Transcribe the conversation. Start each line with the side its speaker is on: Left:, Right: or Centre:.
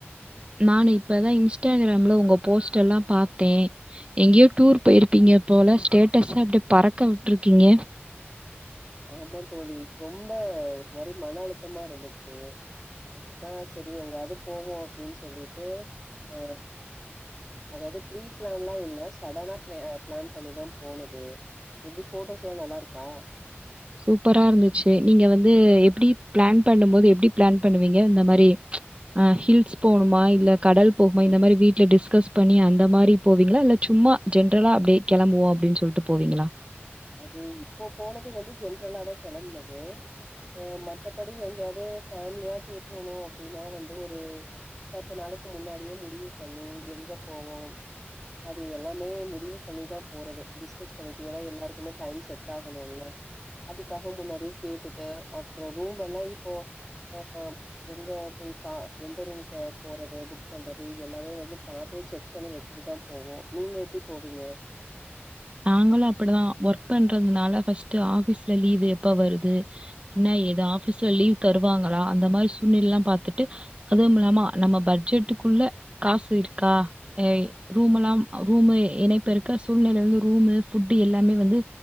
Right: நான் இப்பதா இன்ஸ்டாகிராம்ல உங்க போஸ்ட் எல்லா பாத்தே எங்கயோ டூர் போயிருப்பீங்க போல ஸ்டேட்டஸா அப்படியே பறக்க விட்ருக்கீங்க
Centre: ஆமா தோழி ரொம்ப ஒரு மாறி மன அழுத்தமா இருந்துச்சு அதா செரி எங்காவது போவோ அப்டின்னு சொல்லிட்டு அ அதாவது ப்ரீ பிளான்லா இல்ல சடனா பிள-பிளான் பண்ணிதா போனது எப்டி ஃபோட்டோஸ்லா நல்லாருக்கா
Right: சூப்பராருந்துச்சு நீங்க வந்து எப்டி பிளான் பண்ணும் போது எப்டி பிளான் பண்ணுவீங்க இந்த மாரி அ ஹில்ஸ் போணுமா இல்ல கடல் போகுமா இந்த மாரி வீட்ல டிஸ்கஸ் பண்ணி அந்த மாரி போவீங்களா இல்ல சும் மா ஜென்ரலா அப்டியே கெளம்புவோ அப்டின்னு சொல்ட்டு போவீங்களா
Centre: அது இப்போ போனது வந்து ஜென்ரலாதா கெளம்புனது அ மத்தபடி எங் எங்யாது ஃபேமிலியா டூர் போனோ அப்டீன்னா வந்து ஒரு பத்து நாளைக்கு முன்னாடியே முடிவு பண்ணி எங்க போவோம் அது எல்லாமே முடிவு பண்ணிதா போறது டிஸ்கஸ் பண்ணிட்டு ஏன்னா எல்லாருக் இன்னோ டைம் செட் ஆகணோல அதுக்காக முன்னாடியே கேட்டுட்டு அப்புறோ ரூம் எல்லா இப்போ அ எங்க பா எந்த ரூமுகு போறது புக் பண்றது இது எல்லாமே வந்து பாத்து செக் பண்ணி வெச்சுட்டுதா போவோ நீங்க எப்டி போவீங்க
Right: உஹம் <inaudible> நாங்களோ அப்படிதா ஒர்க் பண்றதுனால ஃபஸ்ட்டு ஆபீஸ்ல லீவு எப்ப வருது எது ஆபீஸ்ல லீவ் தருவாங்களா அந்த மாரி சூல்நிலல்லா பாத்துட்டு அதுவுமில்லாம நம்ம பட்ஜெட்டுக் க்குள்ள காசு இருக்கா எ ரூமுலாம் ரூமு எணைப்பிருக்க சூழ்நிலை வந்து ரூமு ஃபுட்டு எல்லாமே வந்து